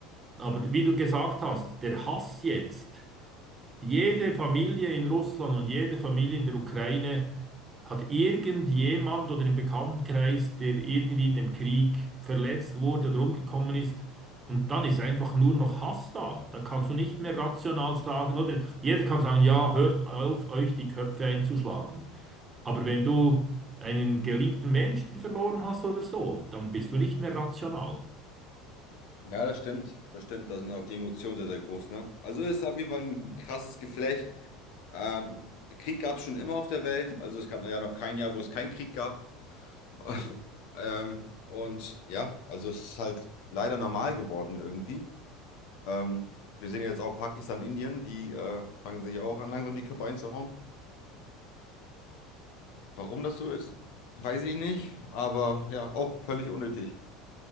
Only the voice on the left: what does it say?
Ja, das stimmt. Das stimmt. Da sind auch die Emotionen sehr, sehr groß, ne? Also ist auf jeden Fall ein krasses Geflecht. Ähm, Krieg gab es schon immer auf der Welt. Also es gab ja noch kein Jahr, wo es keinen Krieg gab. <laughs> Ähm, und ja, also es ist halt leider normal geworden irgendwie. Ähm, wir sehen ja jetzt auch Pakistan, Indien, die äh, fangen sich auch an, langsam die Köpfe einzuhauen. Warum das so ist, weiß ich nicht, aber ja, auch völlig unnötig.